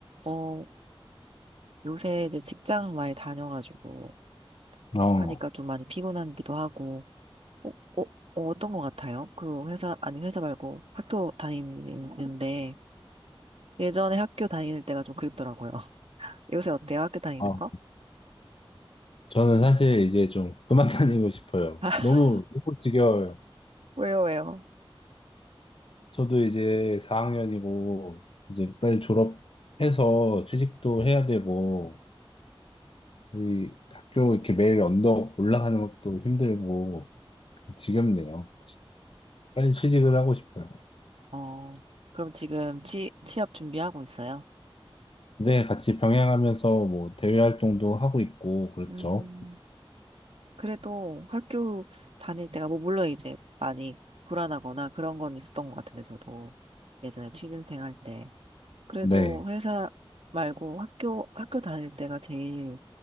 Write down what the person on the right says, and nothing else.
어, 요새 이제 직장 많이 다녀가지고
하니까 좀 많이 피곤하기도 하고, 어, 어, 어, 떤것 같아요? 그 회사, 아니 회사 말고 학교 다니는데 예전에 학교 다닐 때가 좀 그립더라고요. <laughs> 요새 어때요? 학교 다니는
거?
<laughs>
왜요, 왜요?
어, 그럼 지금 취, 취업 준비하고 있어요?
음, 그래도 학교 다닐 때가, 뭐, 물론 이제 많이 불안하거나 그런 건 있었던 것 같은데, 저도 예전에 취준생 할 때. 그래도
회사 말고 학교, 학교 다닐 때가 제일